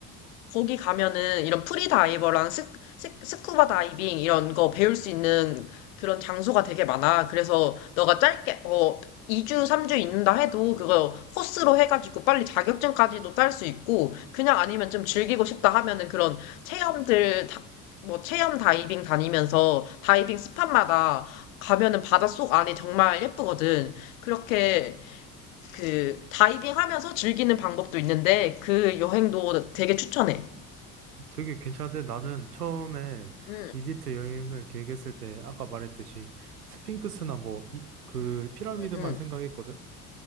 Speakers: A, on the left (about 60°); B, on the right (about 80°).
A: 거기 가면은 이런 프리다이버랑 스, 스, 스쿠버 다이빙 이런 거 배울 수 있는 그런 장소가 되게 많아. 그래서 너가 짧게 뭐 2주, 3주 있는다 해도 그거 코스로 해가지고 빨리 자격증까지도 딸 수 있고 그냥 아니면 좀 즐기고 싶다 하면은 그런 체험들 다, 뭐 체험 다이빙 다니면서 다이빙 스팟마다 가면은 바닷속 안이 정말 예쁘거든. 그렇게 그 다이빙 하면서 즐기는 방법도 있는데 그 여행도 되게 추천해.
B: 되게 괜찮은데 나는 처음에
A: 응,
B: 이집트 여행을 계획했을 때 아까 말했듯이 스핑크스나 뭐, 이, 그 피라미드만
A: 응, 응,
B: 생각했거든?